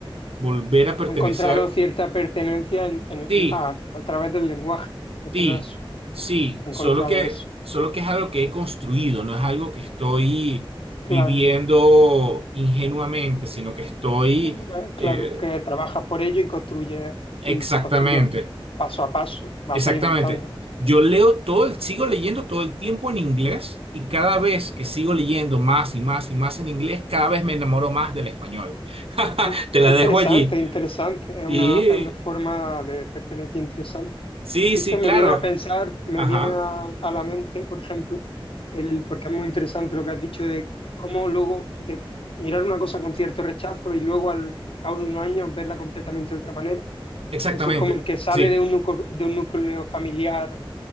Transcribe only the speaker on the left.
Ha encontrado cierta pertenencia en- en
el- a, a través del lenguaje, en este
caso.
Ha
encontrado
eso.
Claro,
eh, claro,
que trabajas por ello y construyes,
y construyes paso a paso, vas
alimentando.
In-
Interesante,
interesante. Es una,
es una forma de pertenencia interesante.
Eso
me
viene a pensar, me
viene a, a la mente, por ejemplo, el, porque es muy interesante lo que has dicho de cómo luego de mirar una cosa con cierto rechazo y luego al cabo de unos años verla completamente de otra manera.
Eso es como el que sale
de un núcleo, de un núcleo familiar